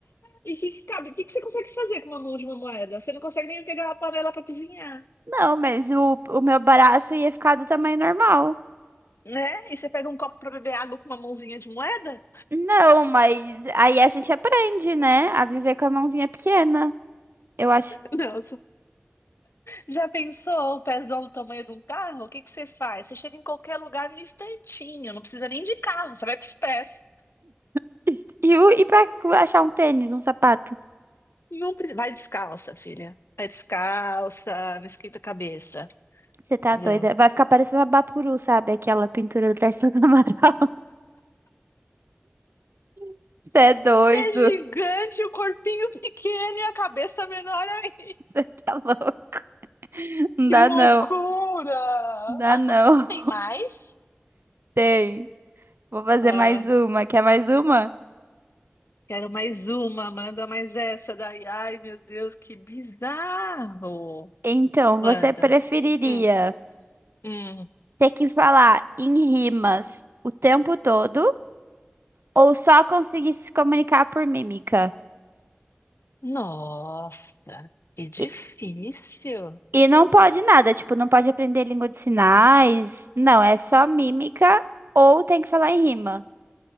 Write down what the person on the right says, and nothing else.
Não, mas o, o meu braço ia ficar do tamanho normal.
Não, mas aí a gente aprende, né? A viver com a mãozinha pequena. Eu acho.
<laughs> E, o- e pra achar um tênis, um sapato?
Você tá
doida? Vai ficar parecendo a Bapuru, sabe? Aquela pintura do Tarsila do Amaral. <laughs> Você é doido.
Você tá louco. Não
dá
não. Não dá não.
Tem. Vou fazer
mais uma. Quer mais uma?
Então,
você preferiria
ter que falar em rimas o tempo todo? Ou só conseguir se comunicar por mímica.
E, e não pode nada, tipo, não pode aprender língua de sinais. Não, é só mímica ou tem que falar em rima.